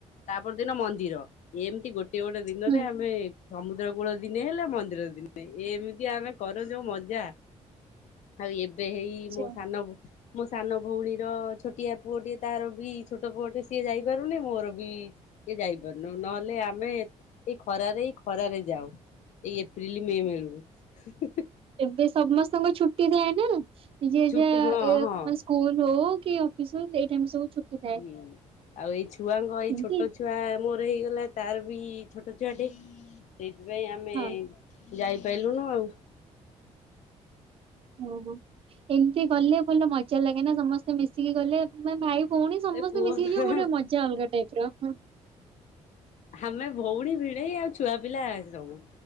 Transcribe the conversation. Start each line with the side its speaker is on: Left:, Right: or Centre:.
Left: ତାପର ଦିନ ମନ୍ଦିର। ଏମତି ଗୋଟେ ଗୋଟେ ଦିନରେ
Right: ହୁଁ
Left: ଆମେ ସମୁଦ୍ର କୂଳ ଦିନେ ହେଲେ ମନ୍ଦିର ଦିନେ ଏମିତି ଆମେ କରୁ ଯୋଉ ମଜା। ଆଉ ଏବେ ହେଇ
Right: ଯା।
Left: ମୋ ସାନ ମୋ ସାନ ଭଉଣୀର ଛୋଟିଆ ପୁଅ ଟିଏ ତାର ବି ଛୋଟ ପୁଅ ଟେ ସିଏ ଯାଇ ଯାଇପାରୁନି ମୋର ବି କିଏ ଯାଇପାରୁନ ନହେଲେ ଆମେ ଏଇ ଖରାରେ ଖରାରେ ଯାାଉ ଏଇ ଏପ୍ରିଲ ମେ ବେଳକୁ।
Right: ଏବେ ସମସ୍ତଙ୍କ ଛୁଟି ଥାଏ ନା ଯିଏ
Left: ଛୁଟି
Right: ଯା
Left: ହଁ
Right: ଏ
Left: ହଁ
Right: ମାନେ ସ୍କୁଲ ହଉ କି ଅଫିସ ହଉ ସେଇ ଟାଇମରେ ସବୁ ଛୁଟି। ଥାଏ
Left: ହୁଁ ଆଉ ଏଇ ଛୁଆଙ୍କ ଏଇ
Right: ଏମତି
Left: ଛୋଟ ଛୁଆ ଛୁଆ ମୋର ହେଇଗଲା ତାର ବି ଛୋଟ ଛୁଆଟେ ସେଇଥିପାଇଁ ଆମେ
Right: ହଁ
Left: ଯାଇପାଇଲୁନୁ ଆଉ।
Right: ଓଃ ହୋ ଏମିତି ଗଲେ ଭଲ ମଜା ଲାଗେ ନା ସମସ୍ତେ ମିଶିକି ଗଲେ। ମାନେ ଭାଇ ଭଉଣୀ ସମସ୍ତେ
Left: ଏ କୁହନା
Right: ମିଶିକିଯିବ ଗୋଟେ ମଜା ଅଲଗା ଟାଇପ ର ହଁ।
Left: ଆମେ ଭଉଣୀ ଭିଣେଇ ଆଉ ଛୁଆ ପିଲା ସବୁ।